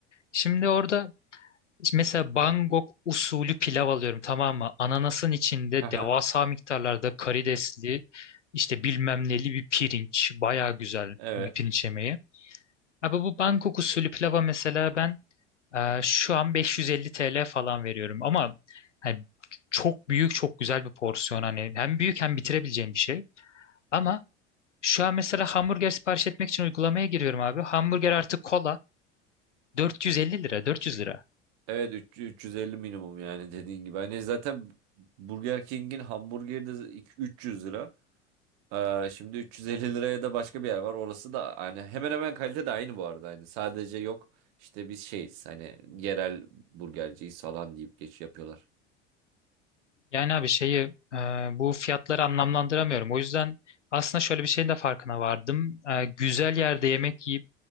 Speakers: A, on the left; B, on the right.
A: Şimdi orada mesela Bangkok usulü pilav alıyorum tamam mı? Ananasın içinde
B: Aha.
A: devasa miktarlarda karidesli işte bilmem neli bir pirinç. Baya güzel
B: Evet.
A: bir pirinç yemeği. Abi bu Bangkok usulü pilava mesela ben e, şu an 550 TL falan veriyorum. Ama hani çok büyük çok güzel bir porsiyon hani hem büyük hem bitirebileceğim bir şey. Ama şu an mesela hamburger sipariş etmek için uygulamaya giriyorum abi. Hamburger artı kola 450 lira, 400 lira.
B: Evet üç- 350 minimum yani dediğin gibi. Hani zaten Burger King'in hamburgeri de iki- 300 lira. Ee, şimdi 350 liraya da başka bir yer var. Orası da hani hemen hemen kalite de aynı bu arada. Hani sadece yok işte biz şeyiz hani yerel burgerciyiz falan deyip geç yapıyorlar.
A: Yani abi şeyi e, bu fiyatları anlamlandıramıyorum. O yüzden aslında şöyle bir şeyin de farkına vardım. E, güzel yerde yemek yiyip